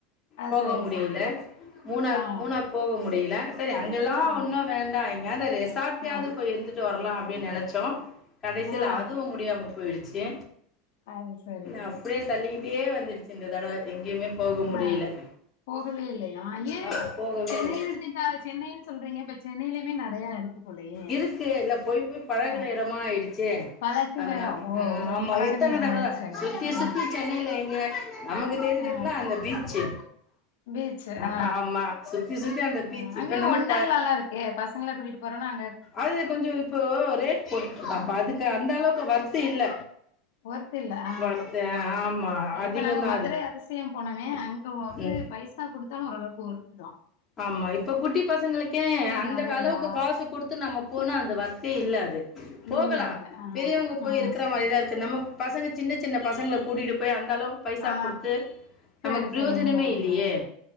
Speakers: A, on the left; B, on the left.
A: ஆ
B: போக
A: சரி
B: முடியல
A: சரி
B: மூணார்
A: ஆ
B: மூணார் போக முடியல சேரி அங்கெல்லா
A: ஆ
B: ஒன்னு வேண்டா யாந்த <unintelligible> சாப்பிட்டியாவது
A: ஆ
B: போய் இருந்துட்டு வரலா அப்படின் நினைச் சோ கடைசியில்
A: ஆ
B: அதுவு முடியாம போயிடுச்சு
A: அது சரி
B: ந அப்படியே தள்ளி பே வந்துருச்சு இந்த தடவ எங்கேயுமே முடியல
A: அ போகவே இல்லையா ஏ
B: ஆ
A: இப்ப
B: போகவே
A: சென்னையன்னு
B: இல்ல
A: எடுத்திட்டா சென்னைன்னு சொல்றீங்க இப் சென்னையிலயுமே நெறையா இருக்கு போலயே
B: இருக்கு இல்ல போய் போய் பழகன
A: ஆ
B: இடமா ஆயிடுச்சு
A: பழகின
B: அதனால
A: இடம். ஓ!
B: அ
A: உங்களுக்கு
B: ஆமா
A: பழகின
B: எத்தன
A: இடம்
B: தடவ
A: ஆயிடுச்சு அங்க.
B: சுத்தி
A: ஆ,
B: சுத்தி சென்னையில எங்க நமக்கு தெரிஞ்சதுல்லா
A: ஆ.
B: அந்த பீச்சு
A: பீச்.
B: அ
A: ஆ,
B: ஆமா சுத்தி அந்த
A: ஆ
B: பீச்
A: அங்க
B: இப்ப நம்ம
A: ஒண்டர்லாலா
B: ப
A: இருக்கே பசங்கள கூட்டிட்டு போறேன்னா அங்
B: அது கொஞ்சோ இப்போ ரேட் போட்டுட்டு இருக்கான்ப்ப
A: ஆ,
B: அதுக்கு அந்த அளவுக்கு வொர்க் இல்ல
A: வொர்க் இல்ல ஆ
B: வர்த்து ஆமா அதிகந்தா
A: இப்ப நாங்க மதுரை
B: அது
A: அதிசய போனவே அங் இங்க வந்து
B: ம்
A: பைசா கொடுத்தாலு ஓரளவுக்கு ஒர்த்து தா
B: ஆமா இப்ப குட்டி பசங்களுக்கே அந்த
A: நெறையா
B: அளவுக்கு காசு கொடுத்து நம்ம போனா அந்த வொர்த்தே இல்ல அது போகலா
A: இல்ல, இல்ல. ஆ,
B: பெரியவங்க போய்
A: ஆ.
B: இருக்கற மாரிதா இருக்கு நம்ம பசங்க சின்ன சின்ன பசங்களை கூட்டிட்டு போய் அந்த அளவுக்கு பைசா
A: ஆ.
B: கொடுத்து
A: சரி,
B: நமக்கு பிரயோஜனமே
A: சரி. உண்ம, உண்ம,
B: இல்லையே
A: உண்ம.